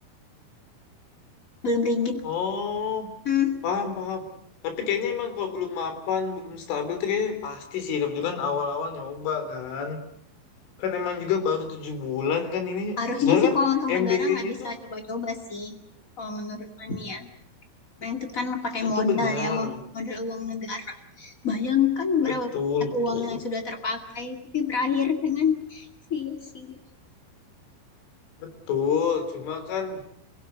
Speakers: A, on the left; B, on the left.
A: <clears throat> belum rigid
B: Oh,
A: Hmm.
B: paham, paham. Tapi kayaknya emang kalau belum mapan, belum stabil tuh kayaknya pasti sih. Tapi juga kan awal-awal nyoba kan. Kan emang juga baru tujuh bulan kan ini.
A: Harusnya
B: Sebenarnya
A: sih
B: kan
A: kalau untuk negara
B: MBG-nya
A: nggak bisa
B: itu,
A: coba-coba sih, kalau menurut Fani ya. Nah itu kan pakai
B: itu
A: modal
B: benar.
A: ya, uang, modal uang negara. Bayangkan berapa
B: Betul,
A: banyak
B: betul.
A: uang yang sudah terpakai, tapi berakhir dengan sia-sia.
B: Betul, cuma kan